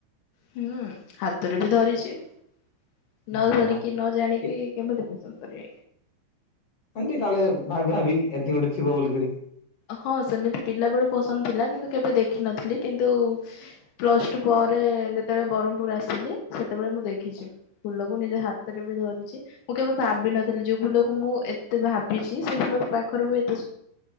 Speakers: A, on the left; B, on the left.
A: ହୁଁ ହାତରେ ବି ଧରିଛି ନ
B: ମା ମା
A: ଧରିକି
B: ମା
A: ନ ଜାଣିକି
B: କି
A: କେମିତି ପସନ୍ଦ କଲି।
B: ଏମତି କାଳେ ଭାବି ଭାବି ଏମିତି ଗୋଟେ ଥିବ ବୋଲି କରି।
A: ହଁ ସେମିତି ପିଲା ବେଳୁ ପସନ୍ଦ ଥିଲା କିନ୍ତୁ କେବେ ଦେଖିନଥିଲି କିନ୍ତୁ। ପ୍ଲସ ଟୁ ପରେ ଯେତେବେଳେ ବ୍ରହ୍ମପୁର ଆସିଲି ସେତେବେଳେ ମୁଁ ଦେଖିଛି। ଫୁଲକୁ ନିଜ ହାତରେ ବି ଧରିଛି। ମୁଁ କେବେ ଭାବିିନଥିଲି ଯୋଉ ଫୁଲକୁ ମୁଁ ଏତେ ଭାବିଛି ସେ ଫୁଲ ପାଖରୁ ମୁ ଏତେ ଶୁ